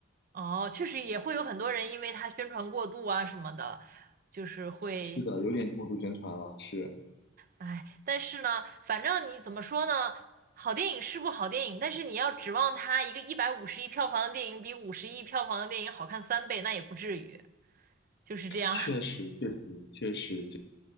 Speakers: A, on the right (about 45°); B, on the left (about 55°).
A: 哦，确实也会有很多人因为他宣传过度啊什么的，就是会，
B: 是的，有点过度宣传了。是，
A: 哎，但是呢，反正你怎么说呢，好电影是部好电影，但是你要指望它一个一百五十亿票房的电影比五十亿票房的电影好看三倍，那也不至于，就是这样。
B: 确实，
A: <laughs>
B: 确实，确实，